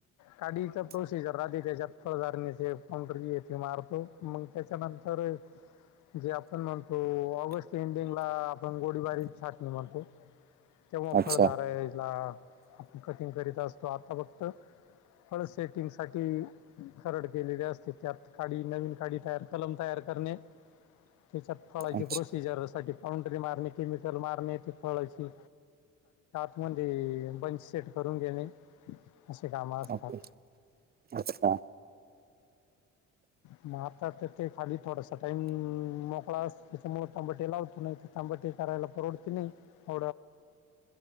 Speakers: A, on the left; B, on the right.
A: काढीचा प्रोसिजर राहती त्याच्यात. फवारनीचे काउंटर हे ते मारतो. मग त्याच्यानंतर <unintelligible> जे आपण म्हणतो ऑगस्ट एंडिंगला आपण घोडीबारीची छाटणी म्हणतो. तेव्हा
B: अच्छा
A: फळधाराला आपण कटिंग करीत असतो आता फक्त फळ सेटिंग साठी करड केलेली असते त्यात काडी नवीन काडी तयार कलम तयार करणे. त्याच्यात फळाची
B: अच्छा
A: प्रोसिजर साठी पाउंड्री मारणे केमिकल मारणे ते फळाची मध्ये बंच सेट करून घेणे. असे काम असतात.
B: ओके. अच्छा
A: मग आता तर ते खाली थोडासा टाइम मोकळा अस त्याच्यामुळे तांबाटे लावतो नाही. तंबाटी करायला परवडते नाहीं <unintelligible>